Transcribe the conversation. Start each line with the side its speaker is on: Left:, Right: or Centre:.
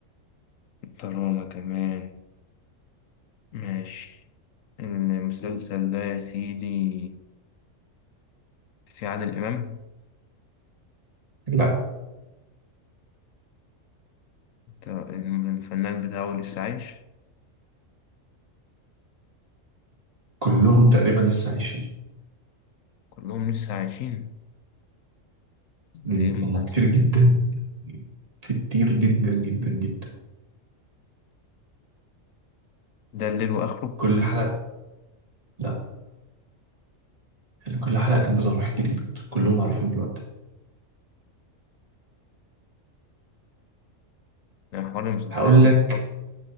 Left: دراما كمان ماشي المسلسل ده يا سيدي في عادل إمام
Right: لا
Left: ده الفنان بتاعه لسه عايش
Right: كلهم تقريبا لسه عايشين
Left: كلهم لسه عايشين
Right: مم،
Left: ده ايه المسلسل
Right: هم كتير جدا
Left: ده
Right: كتير جدا جدا جدا
Left: ده الليل واخره
Right: كل حلقة لا يعني كل حلقة كان بيظهر واحد جديد كلهم عارفين دلوقتي
Left: يعني حوار المسلسلات
Right: هقول
Left: انت
Right: لك